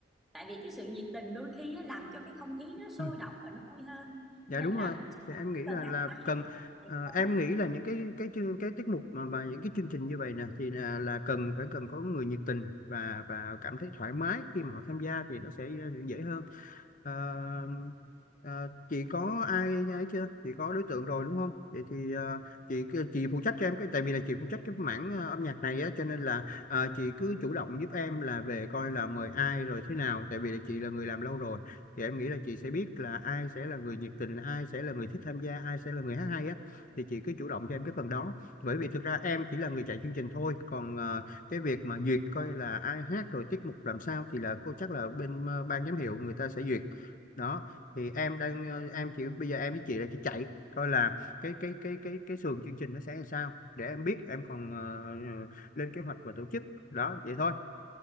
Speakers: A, in the centre; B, on the left.
A: tại vì cái sự nhiệt tình đôi khi á, làm cho cái không khí nó sôi
B: ừ.
A: động và nó vui hơn
B: dạ
A: cho nên
B: đúng
A: là
B: rồi
A: mình
B: thì em nghĩ là
A: cần hát
B: là
A: hát
B: cần
A: hay thầy
B: ờ,
A: cô
B: em
A: nào
B: nghĩ là những cái cái chương cái tiết mục mà mà những cái chương trình như vậy nè thì là là cần phải cần có người nhiệt tình và và cảm thấy thoải mái khi mà họ tham gia thì nó sẽ dễ hơn Ờ, ờ, chị có ai ấy chưa chị có đối tượng rồi đúng không vậy thì ờ, chị ờ, chị phụ trách cho em cái tại vì là chị phụ trách cái mảng ờ, âm nhạc này á cho nên là ờ, chị cứ chủ động giúp em là về coi là mời ai rồi thế nào tại vì là chị là người làm lâu rồi thì em nghĩ là chị sẽ biết là ai sẽ là người nhiệt tình ai sẽ là người thích tham gia ai sẽ là người hát hay á thì chị cứ chủ động cho em cái phần đó bởi vì thực ra em chỉ là người chạy chương trình thôi còn ờ, cái việc mà duyệt coi là ai hát rồi tiết mục làm sao thì là cô chắc là bên ờ, ban giám hiệu người ta sẽ duyệt đó thì em đang ờ, em chỉ bây giờ em với chị là chỉ chạy coi là cái cái cái cái cái sườn chương trình nó sẽ làm sao để em biết em còn ờ, ờ, lên kế hoạch và tổ chức đó vậy thôi